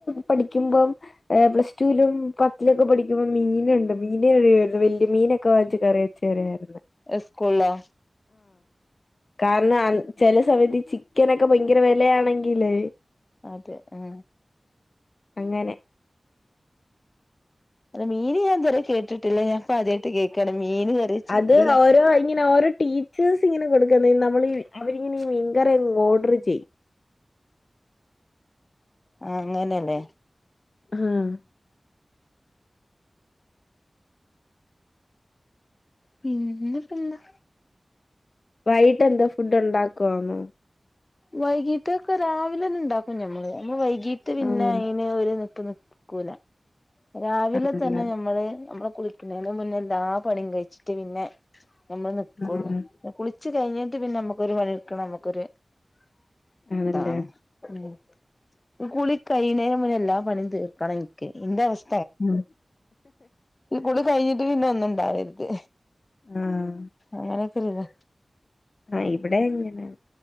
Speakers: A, on the left; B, on the left.
A: പഠിക്കുമ്പോം എ പ്ലസ് റ്റൂലും പത്തിലൊക്കെ പഠിക്കുമ്പോം മീനുണ്ട് മീനറിയുള്ളു വെല്ലി മീൻ. നൊക്കെ വാച്ച് കറി വെച്ചേരെ ഞാൻ.
B: ഇസ്കൂളോ?
A: കാരണ അ ചെല സമയത്ത് ചിക്കനൊക്കെ ഭയങ്കര വെലയാണെങ്കില്
B: അതെ അ്.
A: അങ്ങനെ.
B: അല്ല മീനിയാൻതരെ കേട്ടിട്ടില്ല, ഞാൻപ്പ ആദ്യായിട്ട് കേക്കാണ്. മീന് കറി വെച്ചിട്ടുള്ള
A: അത് ഓരോ ഇങ്ങനെ ഓരോ ടീച്ചേഴസ് ഇങ്ങനെ കൊടുക്ക ൻ നമ്മൾ അവരിങ്ങനെ ഈ മീൻകറിയങ്ങ് ഓർഡ്ർ ചെയ്യും.
B: ആ അങ്ങനെല്ലേ.
A: ആഹ്
B: പിന്നെ പെന്താ?
A: വയീട്ടെന്താ ഫുഡ് ഉണ്ടാക്കുവാന്നോ?
B: വൈകീട്ട് ഒക്കെ രാവിലെന്നെ ഉണ്ടാക്കും ഞമ്മള്. ഞമ്മള് വൈകീട്ട് പിന്നെ
A: ആഹ്
B: അയിന് ഒരു ട്ട് നിക്കൂല, രാവിലെ
A: ആണല്ലേ
B: തന്നെ നമ്മള് നമ്മ കുളിക്കുന്നേൻ്റെ മുന്നേ എല്ലാ പണിം കഴിച്ചിട്ട് പിന്നെ നമ്മള് നിക്കൊള്ളു.
A: ആഹ്
B: കുളി ച്ച് കഴിഞ്ഞിട്ട് പിന്നെ നമ്മുക്കൊരു പണിട്ക്ക്ണെ നമുക്കൊർതാണ്.
A: ആണല്ലേ
B: ഉം ൻ കുളി കയ്യിണേനെ മുന്ന് എല്ലാ പണിം തീർക്കണൻക്ക, ഇൻ്റെ അവസ്
A: ഉം
B: കുളി കഴിഞ്ഞിട്ട് പിന്നെ ഒന്നുണ്ടാവർത്
A: ആഹ്
B: അങ്ങനൊക്കെരിതാ.
A: ആ ഇവിടെ എങ്ങനെ,